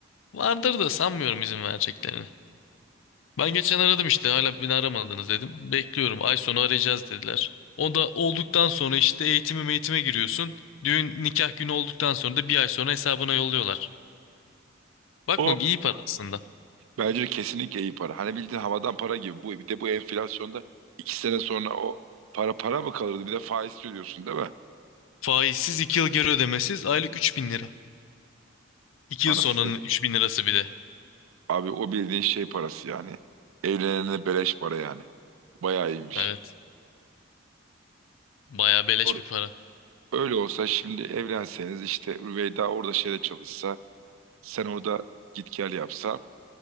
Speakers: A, on the left; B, on the right.
A: Vardır da sanmıyorum izin vereceklerini. Ben geçen aradım işte hala beni aramadınız dedim. Bekliyorum ay sonu arayacağız dediler. O da olduktan sonra işte eğitimi eğitime giriyorsun. Düğün nikah günü olduktan sonra da bir ay sonra hesabına yolluyorlar. Bakma
B: o
A: iyi para aslında.
B: Bence de kesinlikle iyi para. Hani bildiğin havadan para gibi. Bu, bir de bu enflasyonda iki sene sonra o para para mı kalırdı? Bir de faiz ödüyorsun değil mi?
A: Faizsiz 2 yıl geri ödemesiz aylık üç bin lira. 2
B: Anasını
A: yıl sonranın
B: satayım.
A: üç bin lirası bir de.
B: Abi o bildiğin şey parası yani. Evlenene beleş para yani. Bayağı iyiymiş.
A: Evet. Bayağı beleş
B: Or-
A: bir para.
B: Öyle olsa şimdi evlenseniz işte Rüveyda orada şeyde çalışsa, sen orada git gel yapsa